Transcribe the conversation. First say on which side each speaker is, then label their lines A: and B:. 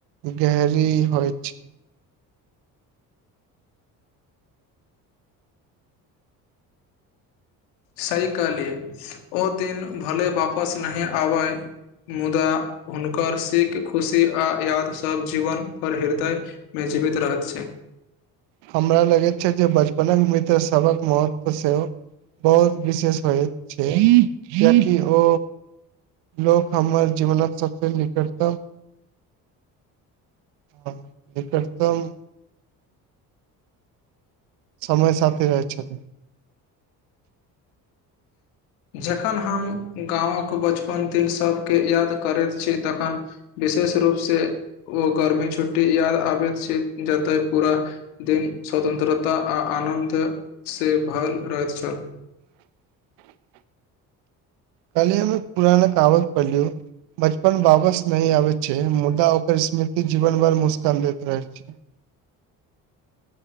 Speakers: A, on the right; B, on the left.
A: गहरी होइ छै
B: सही कहली ओ दिन भले वापस नइ आबैय मुदा हुनकर सीख खुशी आ याद सभ जीवन पर हृदयमे जीवित रहत छै
A: हमरा लगैत छै जे बचपनक में सबक महत्व सेहो बहुत विशेष होइत छै किया कि ओ लोक हमर जीवनक सबसँ निकटतम ह निकटतम समय साथी रहै छै
B: जखन हम गाँवक बचपन दिन सबके याद करैत छी तखन विशेष रूप से ओ गर्मी छुट्टी या आबैत जतैय पूरा दिन स्वतन्त्रता आ आनन्द से भरल रहेत छल
A: <inaudible> कालहे हम पुराना कागज पढ़लियौ बचपन वापस नइ आबै छै मुदा ओकर स्मृति जीवन भर मुस्कान दैत रहै छै <inaudible>